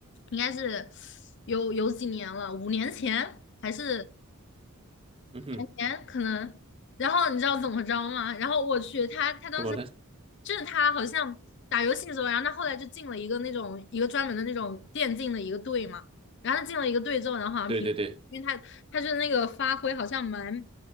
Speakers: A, on the left (about 50°); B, on the right (about 25°).
A: 应该是有有几年了，五年前还是。
B: 嗯哼，
A: 年可能。然后你知道怎么着吗？然后我去，他他当时
B: 怎么了？
A: 就是他好像打游戏的时候，然后他后来就进了一个那种一个专门的那种电竞的一个队嘛。然后他进了一个队之后，然后好像平，
B: 对对对
A: 因为他他就是那个发挥好像蛮